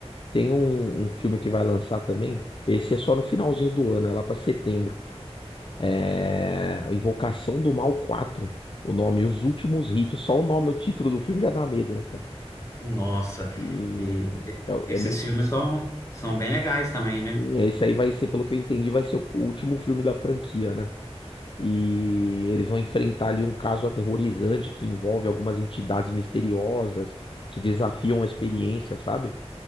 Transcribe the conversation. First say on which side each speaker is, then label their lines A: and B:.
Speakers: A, on the left (about 50°); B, on the left (about 25°).
A: Tem um, um filme que vai lançar também. Esse é só no finalzinho do ano, é lá pra setembro. É a Invocação do Mal quatro O nome, Os Últimos Ritos. Só o nome, o título do filme já dá medo, né, cara?
B: Nossa,
A: E
B: e e- esses
A: é, é meio.
B: filmes são, são bem legais também, né?
A: Esse aí vai ser, pelo que eu entendi, vai ser o último filme da franquia, né? E eles vão enfrentar ali um caso aterrorizante que envolve algumas entidades misteriosas que desafiam a experiência, sabe?